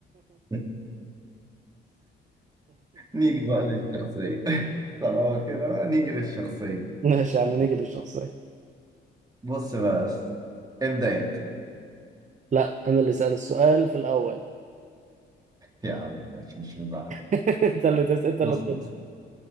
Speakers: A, on the right (about 20°); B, on the right (about 40°).
A: <laughs> نيجي بقى للشخصية <laughs> طالما كده بقى نيجي للشخصية
B: <laughs> ماشي يا عم نيجي للشخصية
A: بص بقى بس ابدأ انت
B: لا انا اللي سأل السؤال في الاول
A: يا عم ماشي مش مزعل
B: <laughs> انت اللي تسأل انت
A: بص
B: اللي تسأل.
A: بص